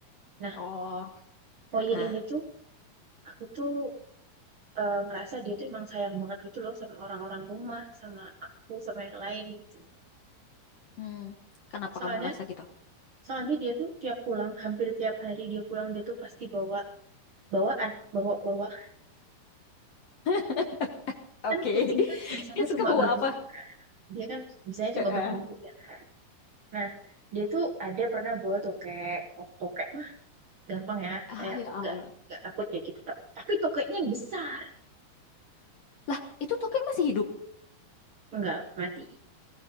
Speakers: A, on the right; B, on the left.
A: Nah,
B: Oh,
A: Oyin
B: ah, ah.
A: ini tuh aku tuh eh, ngerasa dia tuh emang sayang banget gitu loh sama orang-orang rumah, sama aku, sama yang lain gitu.
B: Hmm. Kenapa
A: Soalnya
B: kamu ngerasa gitu?
A: Soalnya dia tuh tiap pulang, hampir tiap hari dia pulang, dia tuh pasti bawa bawaan bawa bawa
B: <laughs>
A: kan
B: Oke.
A: kucing
B: <laughs>
A: kan bisanya
B: Itu
A: cuma
B: kebawa
A: berburu
B: apa? <laughs>
A: kan dia kan bisanya
B: Heeh.
A: cuma berburu ya kan nah dia tuh ada pernah bawa tokek Oh, tokek mah gampang ya
B: Ah,
A: kayak
B: ya Allah.
A: nggak nggak takut ya gitu Ta- tapi tokeknya yang besar
B: Lah, itu Toke masih hidup.
A: nggak mati